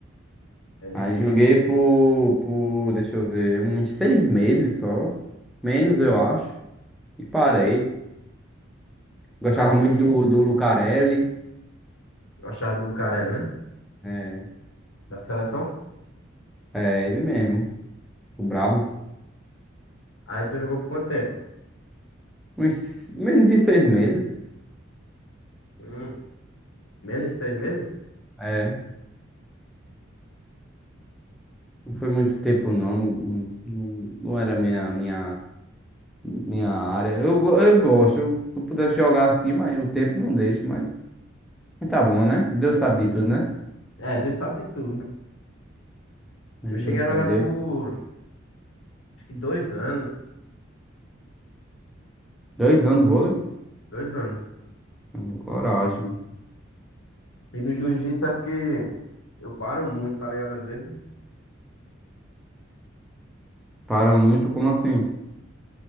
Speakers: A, on the left; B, in the centre.
A: É difícil.
B: Aí joguei por, por, deixa eu ver, uns seis meses só, menos eu acho, e parei. Gostava
A: Aí,
B: muito do, do Lucarelli,
A: gostava do Lucarelli, né?
B: é,
A: Da seleção.
B: é ele mesmo, o brabo.
A: Aí tu jogou por quanto tempo?
B: Uns menos de seis meses.
A: Hum, menos de seis meses?
B: É. Não foi muito tempo, não. Não, não, não era minha, minha, minha área. Eu, go- eu gosto. Eu, se eu pudesse jogar assim, mas o tempo não deixa. Mas, mas tá bom, né? Deus sabe de tudo, né?
A: É, Deus sabe de tudo.
B: É,
A: Eu cheguei
B: graças
A: a jogar
B: a Deus.
A: por acho que dois anos.
B: Dois anos vôlei?
A: Dois anos.
B: É, Coragem. mano.
A: E no jiu-jitsu é porque eu paro muito, tá ligado? Às vezes
B: Para muito, como assim?